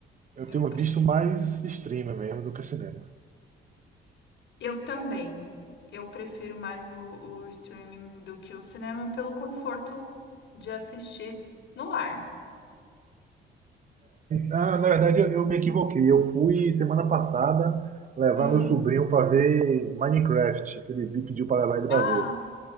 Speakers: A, on the right; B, on the left.
A: Eu
B: Eu
A: tenho
B: preciso.
A: visto mais streamer mesmo do que cinema.
B: Eu também. Eu prefiro mais o, o streaming do que o cinema pelo conforto de assistir no lar,
A: Ah,
B: né?
A: na verdade, eu, eu me equivoquei. Eu fui semana passada levar
B: Hum.
A: meu sobrinho para ver Minecraft, que ele me pediu para levar ele para
B: Ah,
A: ver.